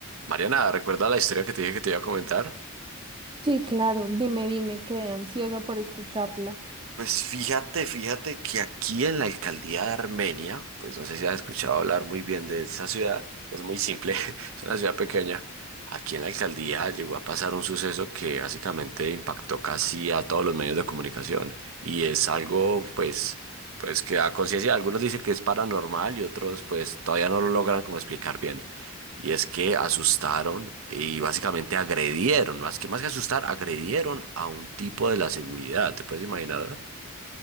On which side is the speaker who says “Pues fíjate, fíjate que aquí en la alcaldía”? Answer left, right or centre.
Right